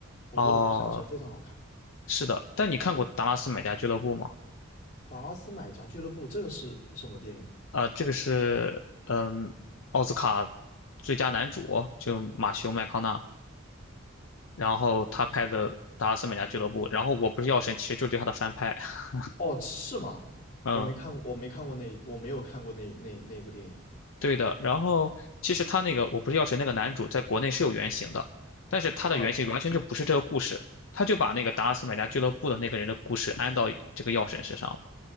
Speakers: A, on the left; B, on the left.
A: 我觉得《我不是药神》非常好看。
B: 哦，是的，但你看过《达拉斯买家俱乐部》吗？
A: 达拉斯买家俱乐部这个是什么电影啊？
B: 呃，这个是嗯，奥斯卡最佳男主就马修麦康纳，然后他拍的《达拉斯买家俱乐部》，然后我不是药神，其实就是对他的翻拍，<laughs>
A: 哦，是吗？
B: 嗯。
A: 我没看，我没看过那，我没有看过那那那部电影。
B: 对的，然后其实他那个我不是药神那个男主在国内是有原型的，但是他的原型完全就不是这个故事，
A: 嗯，
B: 他就把那个达拉斯买家俱乐部的那个人的故事安到这个药神身上了，